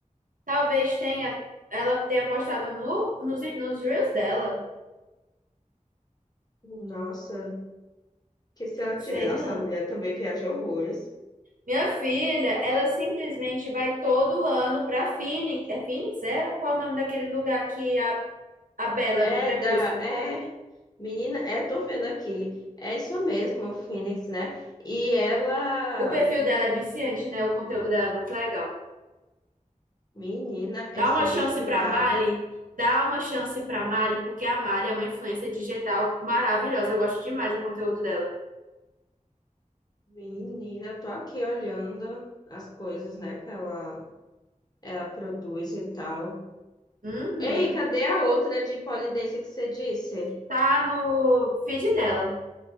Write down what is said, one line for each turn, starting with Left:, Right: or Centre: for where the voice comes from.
Right: Talvez tenha, ela tenha postado no, nos, nos reels dela.
Left: Nossa, que se ela
Right: Não
Left: tiver.
Right: sei,
Left: Nossa,
Right: não.
Left: a mulher também viaja horrores.
Right: Minha filha, ela simplesmente vai todo ano pra Phoenix. É Phoenix, é? Qual é o nome daquele lugar que a, a Bela
Left: É
Right: do Crepúsculo?
Left: da, é, menina, é, eu tô vendo aqui, é isso mesmo, o Phoenix, né? E ela,
Right: O perfil dela é viciante, né? O conteúdo dela é muito legal.
Left: menina,
Right: Dá
Left: é ser
Right: uma chance
Left: viciada,
Right: pra Mali. Dá uma chance pra Mali, porque a Mali é uma influência digital maravilhosa. Eu gosto demais do conteúdo dela.
Left: menina, tô aqui olhando as coisas, né, que ela, ela produz e tal.
Right: Uhum.
Left: Ei, cadê a outra de polidência que você disse?
Right: Tá no feed dela,